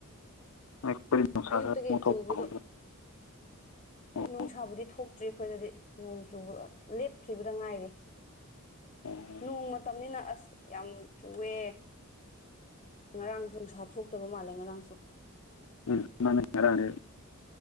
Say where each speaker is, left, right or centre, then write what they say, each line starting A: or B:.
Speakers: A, on the left; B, on the left.
A: ꯑꯩꯈꯣꯏ ꯅꯨꯡꯁꯥ ꯈꯔ
B: ꯑꯌꯨꯛꯇꯒꯤ
A: ꯑꯃꯨꯛ ꯊꯣꯛꯄ
B: ꯆꯨꯕꯗꯣ
A: ꯍꯧꯈ꯭ꯔꯦ ꯑꯣ
B: ꯑꯦ ꯅꯨꯡꯁꯥꯕꯨꯗꯤ ꯊꯣꯛꯇ꯭ꯔꯤ ꯑꯩꯈꯣꯏꯗꯗꯤ ꯅꯣꯡ ꯆꯨꯕ ꯂꯦꯞꯈꯤꯕꯗ ꯉꯥꯏꯔꯤ
A: ꯑꯣ
B: ꯅꯣꯡ ꯃꯇꯝꯅꯤꯅ ꯑꯁ ꯌꯥꯝ ꯆꯨꯋꯦ ꯉꯔꯥꯡꯁꯨ ꯅꯨꯡꯁꯥ ꯊꯣꯛꯇꯕ ꯃꯥꯜꯂꯦ ꯉꯔꯥꯡꯁꯨ
A: ꯎꯝ ꯃꯥꯅꯦ ꯉꯔꯥꯡꯗꯩ